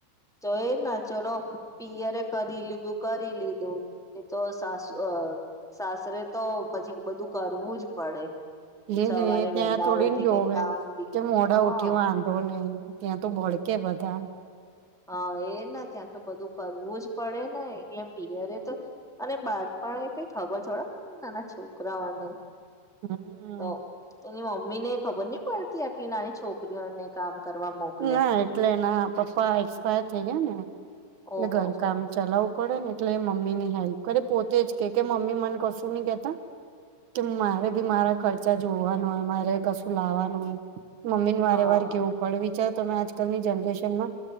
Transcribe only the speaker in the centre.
તો એ જ ના, ચલો પિયરે કરી લીધું-કરી લીધું, એ તો હવે સાસ અહ સાસરે તો પછી બધું કરવું જ પડે.
સવારે
વહેલા
ઉઠીને
કામ બી
હા
હા, એ છ ના, ત્યાં તો બધું કરવું જ પડે ને, એટલે પિયરે તો અને બાળપણ એ કઈ ખબર થોડા, નાના છોકરાઓને
તો એની મમ્મી ને ખબર નહી પડતી આટલી નાની છોકરીઓને કામ કરવા મોકલે
ઓહો
હો
હા